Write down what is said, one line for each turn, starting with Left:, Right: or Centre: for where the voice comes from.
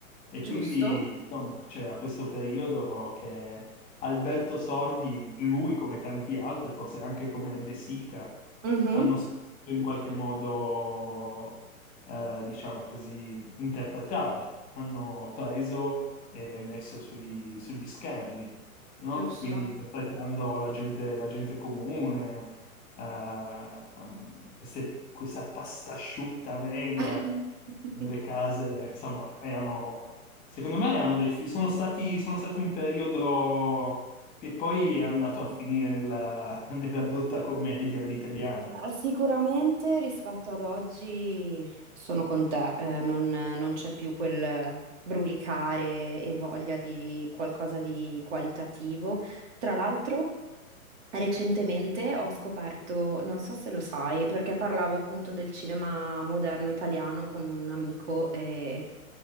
Left: e
Right: Giusto?
Left: quindi insomma, c'era questo periodo che Alberto Sordi, lui come tanti altri, forse anche come De Sica,
Right: Mhm,
Left: hanno saputo in qualche modo, eh, diciamo così interpretare, hanno preso e messo sui- sugli schermi, no?
Right: giusto.
Left: Quindi interpretando la gente, la gente comune, eh, ehm, queste- questa pasta asciutta mega
Right: <laughs>
Left: nelle case, insomma, erano, secondo me erano dei, fi- sono stati, sono stati un periodo che poi è andato a finire nella, <laughs> nella brutta commedia all'italiana.
Right: Ah, Sicuramente rispetto ad oggi sono con te, eh, non, non c'è più quel brulicare e voglia di qualcosa di qualitativo. Tra l'altro, Recentemente ho scoperto, non so se lo sai, perché parlavo appunto del cinema moderno italiano con un amico e